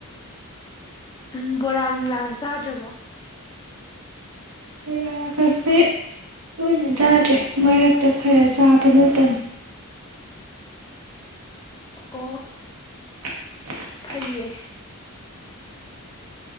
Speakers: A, on the left; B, on the right.
A: ꯎꯝ ꯕꯣꯔꯥ ꯑꯅꯤꯃꯤꯂꯥꯒ ꯆꯥꯗ꯭ꯔꯕꯣ
B: ꯣꯔꯥ ꯀꯛꯁꯦ ꯇꯣꯏꯅ ꯆꯥꯗ꯭ꯔꯦ ꯃꯔꯛꯇ ꯈꯔ ꯆꯥꯕ ꯅꯠꯇꯅ
A: ꯑꯣ
B: <unintelligible>
A: ꯐꯩꯌꯦ